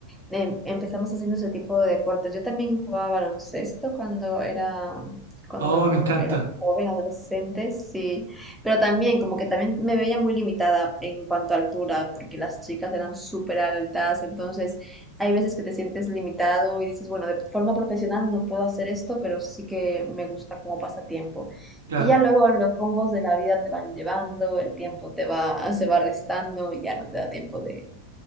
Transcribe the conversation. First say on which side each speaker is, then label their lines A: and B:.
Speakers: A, in the centre; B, on the right (about 65°).
A: em- empezamos haciendo ese tipo de deportes. Yo también jugaba baloncesto cuando era, cuando
B: Oh, me encanta,
A: era joven, adolescente, sí, pero también como que también me veía muy limitada en cuanto a altura, porque las chicas eran súper altas, entonces hay veces que te sientes limitado y dices, bueno, de forma profesional no puedo hacer esto, pero sí que me gusta como pasatiempo.
B: claro.
A: Y ya luego los rumbos de la vida te van llevando, el tiempo te va, se va restando y ya no te da tiempo de